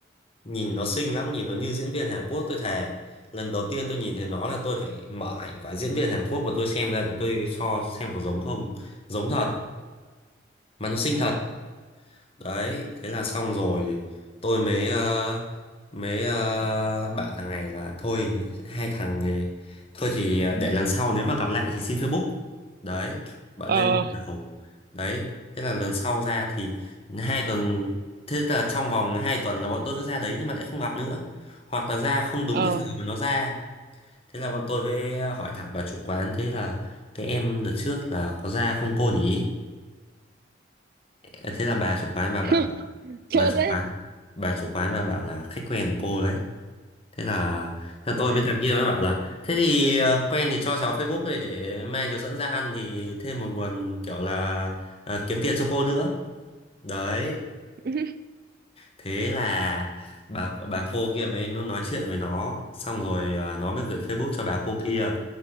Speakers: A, on the left (about 30°); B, on the right (about 50°).
A: nhìn nó xinh lắm nhìn nó như diễn viên Hàn Quốc tôi thề lần đầu tiên tôi nhìn thấy nó là tôi phải mở ảnh quả diễn viên Hàn Quốc mà tôi xem ra để tôi so xem có giống không giống thật mà nó xinh thật đấy thế là xong rồi tôi mới ờ, mới ờ, bảo thằng này là thôi hai thằng này thôi thì ờ, để lần sau nếu mà gặp lại thì xin Facebook đấy bạn
B: ờ,
A: đây mới lần đầu đấy thế là lần sau ra thì hai tuần thế là trong vòng hai tuần là bọn tôi cứ ra đấy nhưng mà lại không gặp nữa hoặc là ra không đúng
B: ờ,
A: cái giờ mà nó ra thế là bọn tôi với ờ, hỏi thẳng bà chủ quán thế là cái em đợt trước là có ra không cô nhỉ Ờ, thế là bà chủ quán bà bảo
B: <laughs>
A: là
B: chơ
A: bà chủ
B: thế.
A: quán bà chủ quán bà bảo là khách quen của cô đấy thế là thế là tôi
B: Vãi,
A: với thằng kia mới bảo là thế thì ờ, quen thì cho cháu Facebook đây để mai cháu dẫn ra ăn thì thêm một nguồn kiểu là ờ, kiếm tiền cho cô nữa đấy
B: <laughs>
A: thế là bà bà cô kia mới nó nói chuyện với nó xong rồi ờ, nó mới gửi Facebook cho bà cô kia